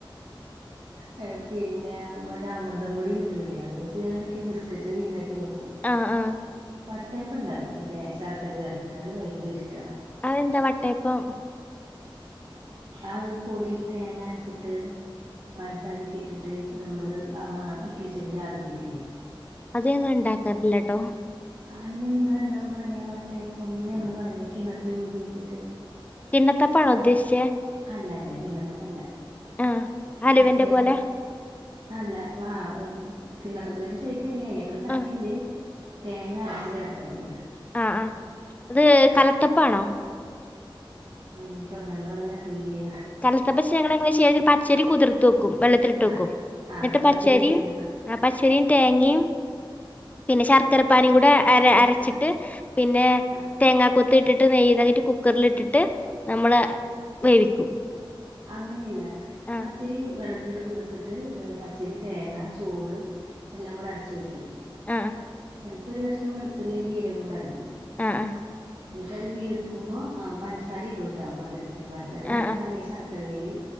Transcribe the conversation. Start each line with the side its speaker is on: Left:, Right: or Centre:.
Right: ഹാ എഫ് ബി പിന്നെ അമൃത പൊടി കിട്ടുന്നില്ലേ അതുവച്ച് ഇടക്ക് ബിസ്ക്കറ്റ് ഉണ്ടാകും നോക്കും. കു
Left: ആഹ് ആഹ്
Right: വട്ടയപ്പം ഉണ്ടാക്കും. അതേ ശർക്കര ചേർത്ത് ഭയങ്കര ഇഷ്ടാ
Left: അതെന്താ വട്ടയപ്പം
Right: അത് പൊടി തേങ്ങ അരച്ചിട്ട് പഞ്ചസാാരയൊക്കെ ഇട്ടിട്ട് നമ്മള് ആ ഇഡ്ലി ചെമ്പിൽ ആവി കേറ്റില്ലേ
Left: അത് ങ്ങൾ ഉണ്ടാക്കാറില്ലട്ടോ.
Right: ആയിനിങ്ങൾ ന്താ പറയാ വട്ടയപ്പംന്ന് ഞങ്ങള് പറയാ കിണ്ണത്തില്ലി കോരി വെച്ചിട്ട്
Left: കിണ്ണത്തപ്പം ആണോ ഉദ്ദേശിച്ചത്.
Right: അല്ലല്ല കിണ്ണത്തപ്പം അല്ല
Left: ആഹ് ഹലുവന്റെ
Right: വട്ടേയപ്പം
Left: പോലെ
Right: ആ അല്ലവാ <unintelligible> കിണ്ണത്തപ്പം തന്നെ ഷേപ്പന്യാണ് ഐന ക്കാളും കട്ടിണ്ട്
Left: ആഹ്
Right: തേങ്ങ അരച്ച് ചേർക്കാചെയ്യ
Left: ആ ഹ അത് കലത്തപ്പം ആണോ.
Right: എനിക്കു അങ്ങനെ പറഞ്ഞ അറിയില്ല.
Left: കൽത്തപ്പം സപ ച്ചേരി കുതിർത്ത് വെക്കും. വെള്ളത്തിലിട്ട് വെക്കും
Right: ആഹ് ആഹ്
Left: എന്നിട്ട്
Right: ആഹ്
Left: പച്ചരിയും
Right: പച്ചരി വെച്ചുണ്ടാക്കാം
Left: പച്ചരിയും തേങ്ങയും. പിന്നെ ശർക്കര പാനി കൂടെ അര അരച്ചിട്ട് പിന്നെ
Right: ആഹ്
Left: തേങ്ങ കൊത്ത് ഇട്ടിട്ട് നെയ്യ് കുക്കറിലിട്ടിട്ട് നമ്മൾ വേവിക്കും.
Right: അങ്ങനെയല്ല
Left: ആഹ്
Right: പചരി വെള്ളത്തിലിട്ട് കുതിർത്തിട്ട് പച്ചരി തേങ്ങ ചോറ് എല്ലാം കൂടെ അരച്ച് വയ്ക്കും.
Left: ആഹാ
Right: ചിലപ്പോൾ ഒരു കഷ്ണം വെളുത്തുള്ളിയും ജീരകും അരക്കും.
Left: ആഹ്
Right: എന്നിട്ട് അത് വീർക്കുമ്പോഅ പഞ്സാര ഇടോട്ടാ മധുരത്തിന് പഞ്സാരി വേണെങ്കി
Left: ആഹ് ആഹ്
Right: ഇട അല്ലങ്കി ശർക്കര നീര്